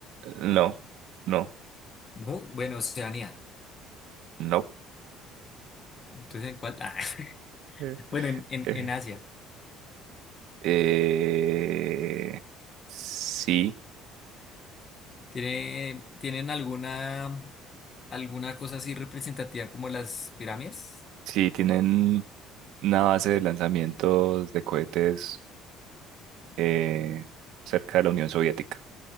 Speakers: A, on the right; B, on the left.
A: no, no,
B: No, bueno, Oceanía.
A: no.
B: Entonces, ¿en cuál? <laughs>
A: Mm.
B: Ah, Bueno, en, en,
A: Eh,
B: en Asia.
A: eh, sí.
B: ¿Tiene, tienen alguna, alguna cosa así representativa como las pirámides?
A: Sí, tienen una base de lanzamientos de cohetes eh, cerca de la Unión Soviética.